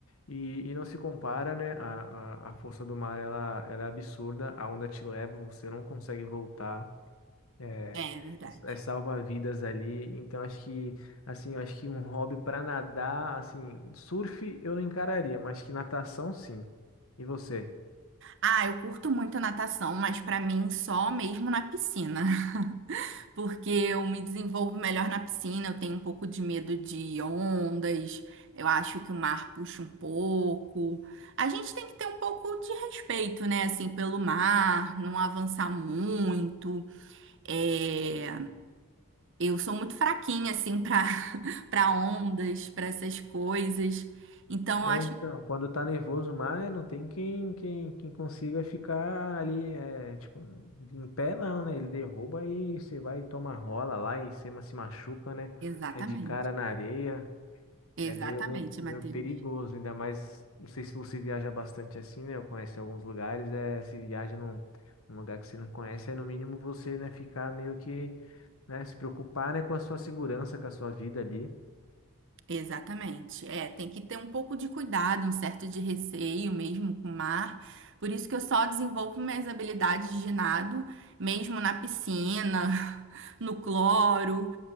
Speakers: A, on the left; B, on the right.
A: E, e não se compara, né? A, a, a força do mar, ela, ela é absurda. A onda te leva, você não consegue voltar. É,
B: É, é verdade.
A: é salva-vidas ali. Então, acho que, assim, eu acho que um hobby para nadar, assim, surf eu não encararia, mas que natação, sim. E você?
B: Ah, eu curto muito natação, mas pra mim só mesmo na piscina. <laughs> Porque eu me desenvolvo melhor na piscina, eu tenho um pouco de medo de ondas, eu acho que o mar puxa um pouco. A gente tem que ter um pouco de respeito, né, assim, pelo mar, não avançar muito. É, eu sou muito fraquinha, assim, para <laughs> para ondas, para essas coisas. Então, eu
A: É,
B: acho.
A: então, quando tá nervoso mais, né, não tem quem, quem, quem consiga ficar ali, é, tipo, em pé não, né? Ele derruba e você vai e toma rola lá e você ma- se machuca, né?
B: Exatamente.
A: Aí de cara na areia,
B: Exatamente,
A: é meio, meio, meio
B: Matheus.
A: perigoso, ainda mais, não sei se você viaja bastante assim, né? Eu conheço alguns lugares, é, se viaja num, num lugar que você não conhece, é no mínimo você, né, ficar meio que, né, se preocupar, né, com a sua segurança, com a sua vida ali.
B: Exatamente. É, tem que ter um pouco de cuidado, um certo de receio mesmo com o mar. Por isso que eu só desenvolvo minhas habilidades de nado mesmo na piscina, <laughs> no cloro.